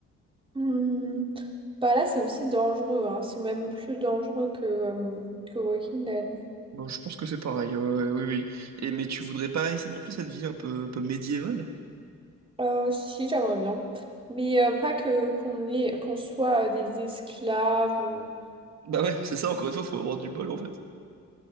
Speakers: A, on the right (about 15°); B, on the right (about 65°).
A: Hum. Bah là, c'est aussi dangereux, hein. C'est même plus dangereux que, euh, que Walking Dead.
B: Bon, je pense que c'est pareil, euh, oui, oui. Et, mais tu voudrais pas essayer non plus cette vie un peu, un peu médiévale?
A: Euh, si, j'aimerais bien. Mais euh, pas que qu'on ait, qu'on soit euh, des esclaves ou...
B: Bah ouais, c'est ça, encore une fois, faut avoir du bol en fait.